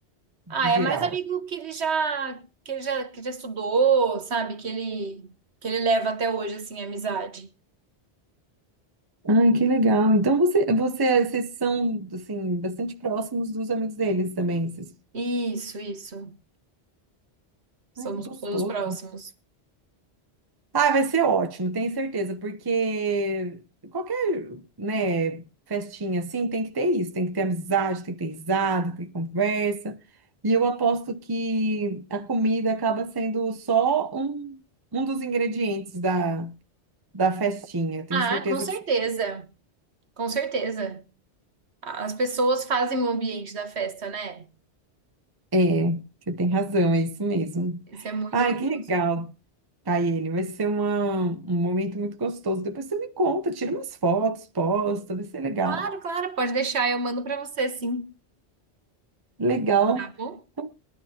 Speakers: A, on the right; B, on the right.
A: Ah,
B: geral?
A: é mais amigo que ele já que ele já que já estudou, sabe? Que ele que ele leva até hoje assim, a amizade.
B: ah que legal. Então você, você, vocês são assim bastante próximos dos amigos deles também. Vocês...
A: Isso, isso. Somos
B: Ai, que gostoso.
A: todos próximos.
B: Ah, vai ser ótimo, tenho certeza, porque qualquer, né, festinha assim tem que ter isso, tem que ter amizade, tem que ter risada, tem que ter conversa. E eu aposto que a comida acaba sendo só um, um dos ingredientes da, da festinha. Tenho
A: Ah,
B: certeza
A: com certeza.
B: que você-
A: Com certeza. A- As pessoas fazem o ambiente da festa, né?
B: é, você tem razão, é isso mesmo.
A: Isso é muito
B: Ai,
A: gostoso.
B: que legal, Tayene, vai ser uma, um momento muito gostoso. Depois você me conta, tira umas fotos, posta, vai ser legal.
A: Claro, claro, pode deixar, eu mando pra você, sim.
B: Legal.
A: Tá bom?
B: Então,